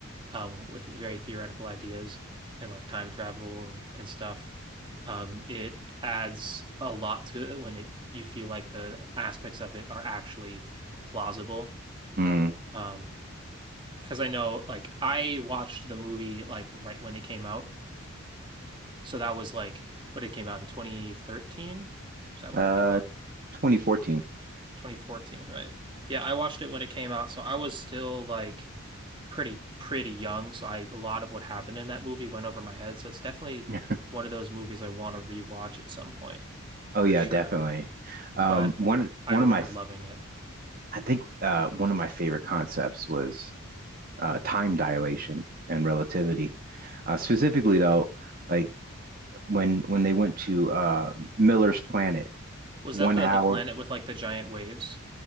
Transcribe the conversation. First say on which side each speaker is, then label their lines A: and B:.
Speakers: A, on the right; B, on the right.
A: um, with very theoretical ideas and like time travel and, and stuff. Um, it adds a lot to it when it you feel like the aspects of it are actually plausible.
B: Mm.
A: Um, because I know like I watched the movie like right when it came out. So that was like what it came out in 2013. Was that when
B: Uh,
A: it came out?
B: 2014.
A: 2014, right? Yeah, I watched it when it came out, so I was still like pretty pretty young, so I a lot of what happened in that movie went over my head. So it's definitely
B: <laughs>
A: one of those movies I want to rewatch at some point,
B: Oh
A: for
B: yeah,
A: sure.
B: definitely. Um,
A: but
B: one
A: I
B: one
A: remembered
B: of my f-
A: loving it.
B: I think uh, one of my favorite concepts was uh, time dilation and relativity. Uh, specifically though, like when when they went to uh, Miller's planet,
A: Was
B: one
A: that the
B: hour.
A: the planet with like the giant waves?